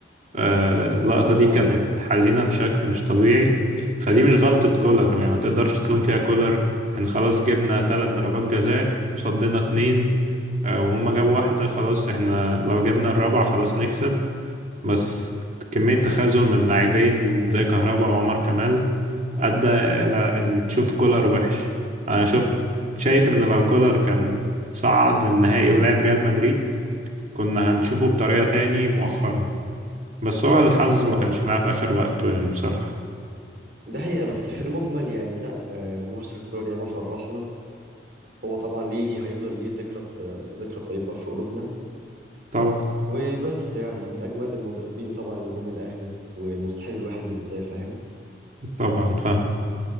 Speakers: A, on the right; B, on the right.
A: آه، اللقطة دي
B: ايوه
A: كانت حزينة بشكل مش طبيعي فدي مش غلطة كولر يعني ما تقدرش تلوم فيها كولر احنا خلاص جبنا ثلاث ضربات جزاء وصدنا اتنين آه، وهم جابوا واحدة خلاص احنا لو جبنا الرابعة خلاص نكسب بس كمية تخاذل من لاعبين زي كهربا وعمر كمال أدى إلى إن تشوف كولر وحش أنا شفت شايف إن لو كولر كان صعد النهائي ولعب ريال مدريد كنا هنشوفه بطريقة تاني مؤخرا بس هو الحظ ما
B: اه
A: كانش معاه في آخر وقته يعني بصراحة
B: ده هي بس في المجمل يعني لا آه مارسيل كولر ياما فرحنا هو طبعا ليه هيفضل ليه ذكرى ذكرى طيبة في قلوبنا
A: طبعا
B: وبس يعني من أجمد المدربين طبعا اللي جم الأهلي ومستحيل الواحد ينساه فاهم
A: طبعا فاهم